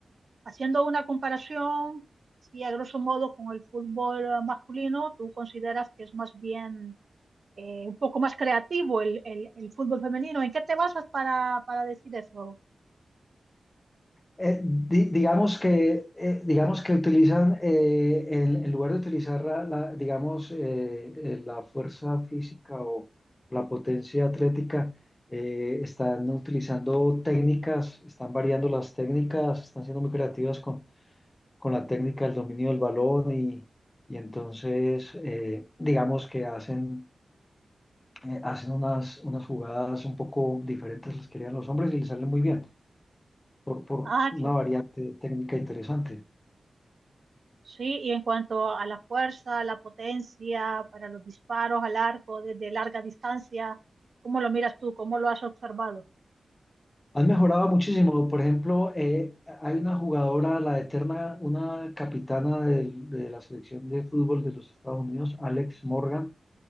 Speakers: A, on the right; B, on the left.
A: haciendo una comparación, si a grosso modo con el fútbol eh, masculino, ¿tú consideras que es más bien eh, un poco más creativo el, el- el fútbol femenino? ¿En qué te basas para, para decir eso?
B: Eh, di- digamos que, eh, digamos que utilizan, eh, en, en lugar de utilizar la, la, digamos, eh, eh, la fuerza física o la potencia atlética, eh, están utilizando técnicas, están variando las técnicas, están siendo muy creativas con, con la técnica del dominio del balón y, y entonces, eh, digamos que hacen, eh, hacen unas, unas jugadas un poco diferentes las que harían los hombres y les salen muy bien por, por
A: Ah,
B: una
A: qué,
B: variante técnica interesante.
A: Sí, y en cuanto a la fuerza, la potencia para los disparos al arco desde larga distancia, ¿cómo lo miras tú? ¿Cómo lo has observado?
B: Han mejorado muchísimo. Por ejemplo, eh, hay una jugadora, la eterna, una capitana del- de, la selección de fútbol de los Estados Unidos, Alex Morgan,